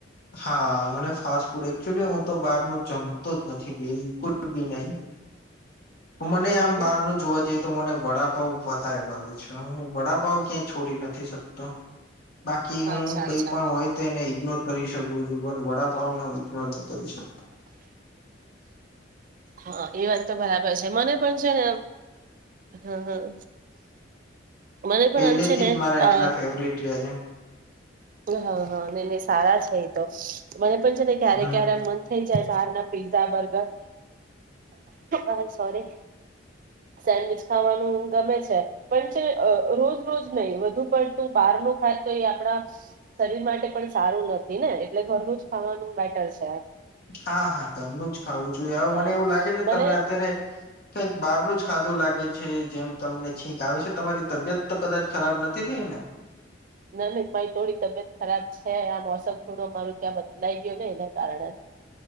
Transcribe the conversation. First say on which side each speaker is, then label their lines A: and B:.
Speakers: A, on the left; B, on the right.
A: હા મને ફાસ્ટ ફૂડ એકચુલી હું તો બાર ન જમતો જ નથી બિલકુલ બી નહી મને
B: હમ
A: આમ
B: હમ
A: બહારનું જોવા જઈએ તો મને વડાપાવ વધારે ભાવે છે હું વડાપાવ ક્યાંય છોડી નથી શકતો. બાકી હું
B: અચ્છા
A: કઈ
B: અચ્છા
A: પણ હોય તો એને ઈગ્નોર. કરી શકોું છું. બ વડાપાવ ન. તલીસઠ.
B: હા. એ વાત તો બરાબર છે મને પણ છે ને હા હા. મને પણ
A: પેલેથી
B: આમ છે ને
A: જ મારા એટલા
B: અ
A: ફેવરિટ રહ્યા છે.
B: હા હા ને સારા છે એ તો. મને પણ છે ને ક્યારે
A: હમ
B: ક્યારે મન થઈ જાય. બહાર ના પિ્ઝા બર્ગર આ સોરી સેન્ડવીચ ખાવાનું ગમે છે પણ છે રોજ રોજ નહીિ વધુ પણ તું બહાર ન ખાય તો એ આપડા શરીર માટે પણ સારું નથી ને એટલે ઘરનું જ ખાવાનું બેટર છે
A: હા હા કરલું જ ખાવું જોઈએ હ
B: હા
A: મને એવું લાગે છે
B: મને
A: તમે અત્યારે કઈક બાર ટું જ ખાધું લાગે છે જેમ તમને ઠીક આવે છે તમારી તબિયત તો કદાચ ખરાબ નથી થઈ ને
B: ના ન મારી થોડી તબિયત ખરાબ છે આ મોસમ થોડું મારું ત્યાં બદલાઈ ગયું ને એના કારણે